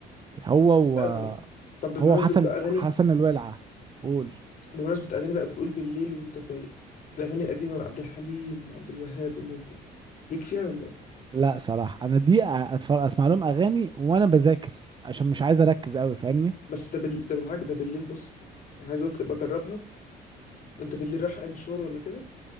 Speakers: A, on the right; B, on the left.
A: هو و...
B: آه، طب بمناسبة
A: هو وحسن
B: بقى أغاني
A: حسن الولعه قول
B: بمناسبة أغاني بقى بتقول بالليل وأنت سايق الأغاني القديمة بقى عبد الحليم وعبد الوهاب والناس دي ليك فيها ولا إيه؟
A: لا صراحة انا دي اتفرج اسمع لهم اغاني وانا بذاكر عشان مش عايز اركز قوي فاهمني
B: بس ده بال... ده بالحاجة ده بالليل بص يعني عايز أقولك تبقى جربها وأنت بالليل رايح أي مشوار ولا كده